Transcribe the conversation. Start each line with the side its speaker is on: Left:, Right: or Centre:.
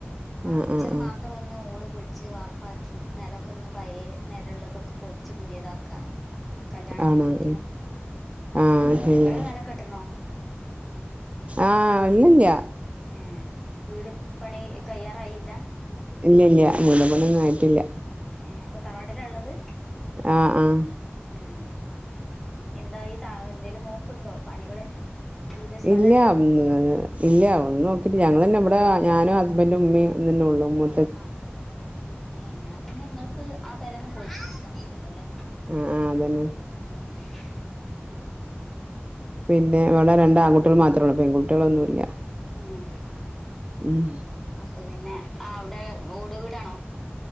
Centre: പ്പാ
Right: ആഹ്
Centre: കിച്ചണ്
Right: ആഹ് ആഹ്
Centre: മാത്രം. ഒന്ന് ഓട് പൊൾച്ച് വാർപ്പാക്കി, നെലക്കൊന്ന്. പയേ നെലള്ളതൊക്കെ പൊൾച്ച് പുത്യേതാക്കാണ്. കല്യാണാവുമ്പോത്തിനും
Right: ആണോ ഉം. ആഹ്
Centre: ഉം
Right: ശരി
Centre: ങ്ങള് നെലൊക്കെട്ട്‌ണോ?
Right: ആഹ് ഇല്ലല്യാ.
Centre: ഏഹ് വീട് പണി കയ്യാറായില്ല?
Right: ഇല്ലല്യ വീട്പണിഒന്നും ആയിട്ടില്ല.
Centre: ഏഹ് അപ്പൊ തറവാട്ടിലാ ഇള്ളത്?
Right: ആഹ് ആഹ്
Centre: ഏഹ്.. എന്തായി തഎന്തേലും നോക്ക്ണ്ടോ പണികള്? വീട് സ്ഥലണ്ടോ
Right: ഇല്യാ.. ഉം ന്ന് ഇല്യാ. ഒന്നും നോക്കിട്ടില്ല. ഞങ്ങളെന്നെ ബടെ ഞാനും ഹസ്ബൻഡും മ്മിം തന്നെള്ളൂ മൂ
Centre: ആ ഏ ന്നാ പിന്നെ ങ്ങൾക്ക് ആ പെരന്നെ പൊൾച്ച് പണിതാ മത്യല്ലോ ല്ലേ?
Right: ആഹ് ആഹ് അതന്നെ.
Centre: ഉം
Right: പിന്നെ വടെ രണ്ടാൺകുട്ട്യള് മാത്രള്ളൂ പെൺകുട്ട്യളൊന്നുല്യ
Centre: ഏഹ് -
Right: ഉം
Centre: അപ്പൊ പിന്നെ അവിടെ ഓട് വീടാണോ?